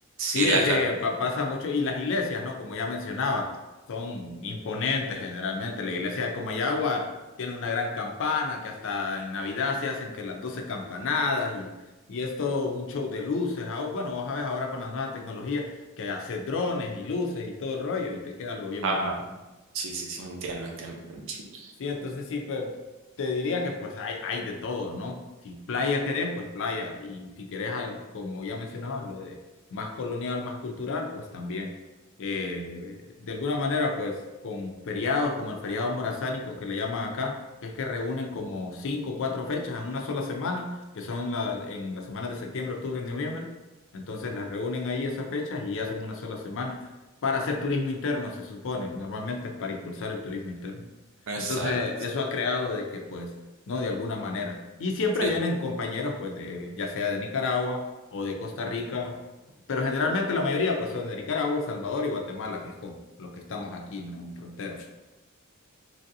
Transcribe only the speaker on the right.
Sí,
la cap,
ajá.
Sí, sí, sí, entiendo, entiendo. entiendo.
Exacto.
Sí,